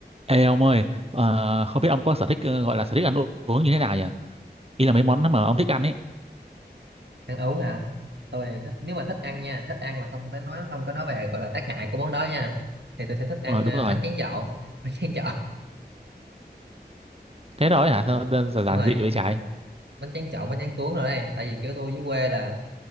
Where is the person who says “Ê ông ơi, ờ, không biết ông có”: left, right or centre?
Right